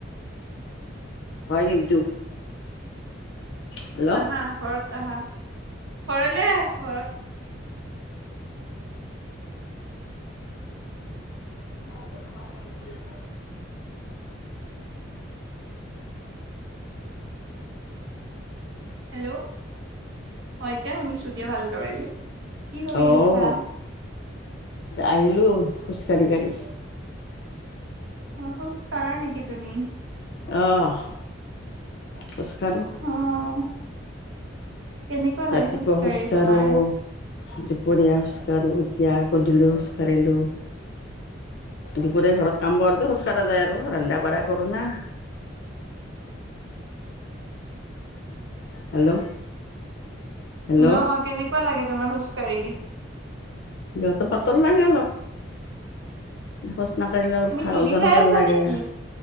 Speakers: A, on the left; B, on the right.
A: হয়, কিন্তু। হেল্ল'
B: আহা, ঘৰত আহা, ঘৰলে আহা ঘৰত
A: <unintelligible>
B: হেল্ল, অ, এতিয়া শুনিছোঁ দিয়া ভালদৰে। কি কৰি
A: অহ,
B: আছা
A: আহিলোঁ খোজ কাঢ়ি, কাঢ়ি।
B: অ, খোজ কাঢ়া নেকি তুমি?
A: অহ, খোজ কাঢ়োঁ।
B: অ, কেনেকুৱা লাগে
A: ৰাতিপুৱা
B: খোজকাঢ়ি
A: খোজ কাঢ়োঁ।
B: তোমাৰ
A: দুপৰীয়া খোজ কাঢ়োঁ, এতিয়া আকৌ গধূলি খোজ কাাঢ়িলোঁ। দুপৰীয়া ঘৰত কাম কৰোঁতে খোজ কাঢ়া যায় আৰু, ৰন্ধা-বঢ়া কৰোঁ না। হেল্ল, হেল্ল'
B: অ-শ, কেনেকুৱা লাগে তোমাৰ খোজকাাঢ়ি?
A: গাটো, পাতল লাগে অলপ। খোজ নাকাঢ়িলে, অলপ
B: তুমি
A: ভাল
B: টিভি
A: ওজন-ওজন
B: চাই আছা
A: লাগে।
B: নেকি